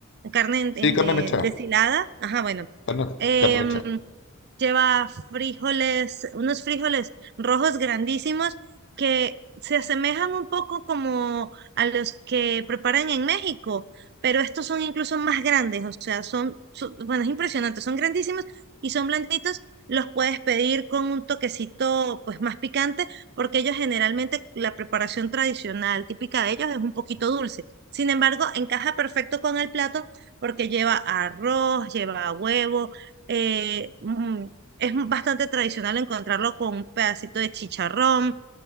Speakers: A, on the right (about 50°); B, on the left (about 60°).
A: carne en-
B: Sí,
A: en,
B: carne
A: eh,
B: mechada,
A: deshilada. Ajá, bueno.
B: carne,
A: em,
B: carne mechada,
A: lleva frijoles, unos frijoles rojos grandísimos que se asemejan un poco como a los que preparan en México, pero estos son incluso más grandes, o sea, son, son- bueno, es impresionante, son grandísimos y son blanditos. Los puedes pedir con un toquecito pues más picante, porque ellos generalmente la preparación tradicional típica de ellos es un poquito dulce. Sin embargo, encaja perfecto con el plato porque lleva arroz, lleva huevo, eh, mm, es bastante tradicional encontrarlo con un pedacito de chicharrón,